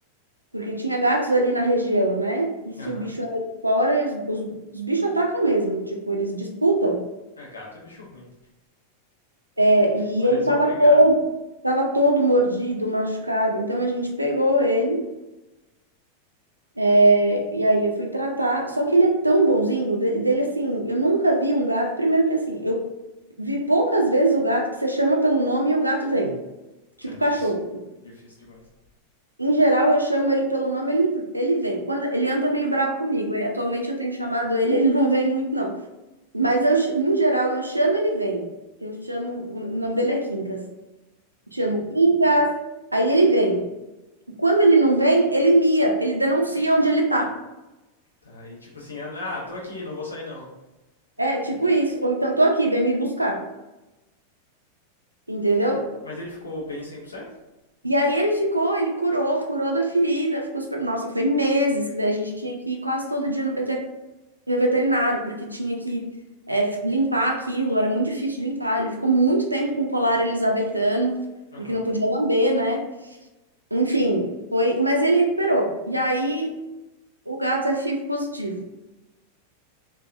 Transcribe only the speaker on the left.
Aham.
Uhum. É, gato é bicho ruim.
Quando
eles
vão brigar,
é difícil.
Difícil demais.
Tá, aí tipo assim, ah, tô aqui, não vou sair não.
Vem cá.
Mas ele ficou bem 100%?
Aham.
Uhum.